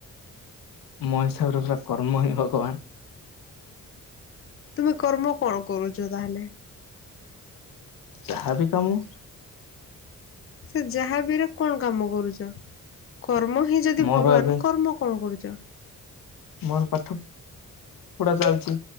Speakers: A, on the left; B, on the left.
A: ମୋ ହିସାବରେ ପୁରା କର୍ମ ହିଁ ଭଗବାନ।
B: ତୁମେ କର୍ମ କଣ କରୁଛ ତାହେଲେ?
A: ଯାହା ବି କାମୁ
B: ସେ ଯାହାବିରେ କଣ କାମ କରୁଛ? କର୍ମ ହିଁ ଯଦି
A: ମୋର
B: ଭଗବାନ
A: ଏବେ
B: କର୍ମ କଣ କରୁଛ?
A: ମୋର ପାଠକ ପଢା ଚାଲିଛିି